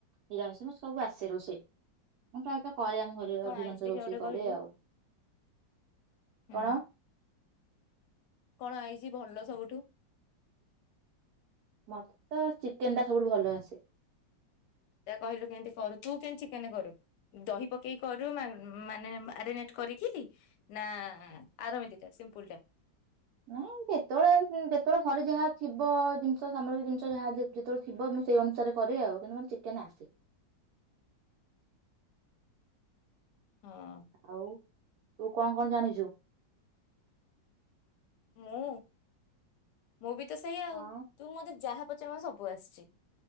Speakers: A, on the right; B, on the left.
A: ନିରାମିଷ ମତେ ସବୁ ଆସେ ରୋଷେଇ ମୁ ପ୍ରାୟତଃ। ଘରେ ଆମ ଘରେ
B: କଣ
A: ଅଧିକାଂଶ
B: ଆଇଛି ଦେଖିଆ
A: ରୋଇ।
B: ଗୋଟେ
A: କ
B: କହିଲୁ
A: ଆଉ
B: ହୁଁ
A: କଣ
B: କଣ ହେଇଛି ଭଲ ସବୁଠୁ।
A: ମତେ ତ ଚିକେନ ଟା ସବୁଠୁ ଭଲ ଆସେ।
B: ତା କହିଲୁ କେମତି କରୁ ତୁ କେମତି ଚିକେନ କରୁ ଦହି ପକେଇକି କରୁ ମାନେ ମାରେଟ କରିକି ନା। ଆର ଏମିତିଟା ସିମ୍ପୁଲ ଟା
A: ନାଇଁ ଯେତେବେଳେ ଯେତେବେଳେ ଘରେ ଯାହା। ଥିବ ଜିନିଷ ସାମଗ୍ରୀ ଜିନିଷ ଯାହା ଯେତେବେଳେ ଥିବ ମୁଁ ସେଇ ଅନୁସାରେ କରେ ଆଉ କିନ୍ତ ମେ ଚିକେନ ଆସେ।
B: ହଁ
A: ଆଉ ତୁ କଣ କଣ ଜାଣିଛୁ।
B: ହଁ ମୁଁ ବି ତ ସେଇ ଆଉ
A: ହଁ
B: ତୁ ମତେ ଯାହା। ପଛେମ ସବୁ ଆସିଛି।